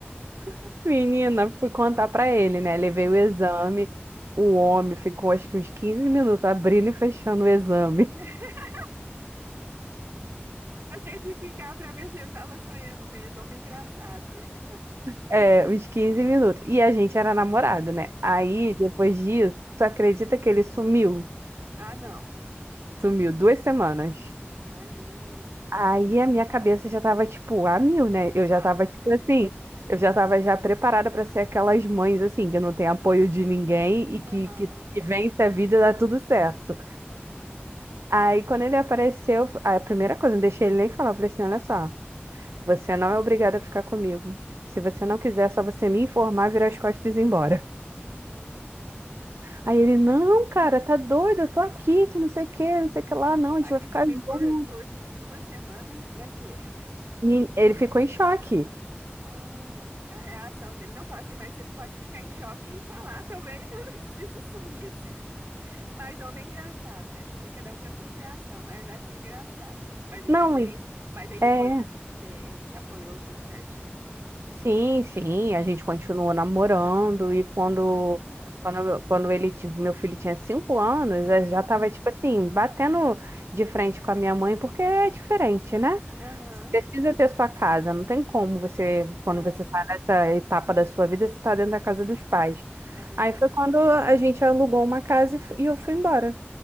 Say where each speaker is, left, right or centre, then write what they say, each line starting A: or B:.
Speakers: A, on the right; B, on the right.
A: <laughs> Menina, fui contar pra ele, né? Levei
B: ah.
A: o exame. O homem ficou acho que uns 15 minutos abrindo e fechando o exame.
B: <laughs> pra certificar pra ver se eu não tava sonhando mesmo. Homem engraçado, né?
A: É, uns 15 minutos. E a gente era namorado, né? Aí, depois disso, tu acredita que ele sumiu?
B: Ah, não.
A: Sumiu duas semanas.
B: Mas, gente.
A: Aí a minha cabeça já tava, tipo, a mil, né? Eu já
B: Ah,
A: tava,
B: com
A: tipo,
B: certeza.
A: assim, eu já tava já preparada pra ser aquelas mães, assim, que não tem apoio de ninguém e
B: Aham,
A: que, que, que vence a vida e dá tudo certo.
B: aham.
A: Aí, quando ele apareceu, a primeira coisa, eu não deixei ele nem falar, eu falei assim, olha só, você não é obrigado a ficar comigo. Se você não quiser, é só você me informar, virar as costas e ir embora.
B: Uhum.
A: Aí ele, não, cara, tá doido, eu tô aqui, que não sei o que, não sei o que lá, não, a gente
B: Aqui
A: vai ficar
B: sumiu
A: junto.
B: por, por uma semana, pra quê?
A: Me- Ele ficou em choque.
B: Ah, a reação dele não fala assim, mas você pode ficar em choque e falar também, <laughs> não precisa sumir assim. Mas homem é engraçado, né, menina? Cada um com a sua reação, mas achei engraçado. Mas ainda
A: Não,
B: bem. Mas aí depois
A: é.
B: é, ele te apoiou tudo certinho.
A: Sim, sim, a gente continuou namorando e quando,
B: Ah, que bom.
A: quando, quando ele, ti- meu filho tinha cinco anos, eu
B: Uhum.
A: já tava, tipo assim, batendo de frente com a minha mãe, porque é diferente, né?
B: Aham,
A: Você precisa ter sua casa, não tem como você, quando
B: é,
A: você tá nessa etapa da sua vida, você tá dentro da casa dos pais.
B: é verdade.
A: Aí foi quando a gente alugou uma casa e fu- e eu fui embora.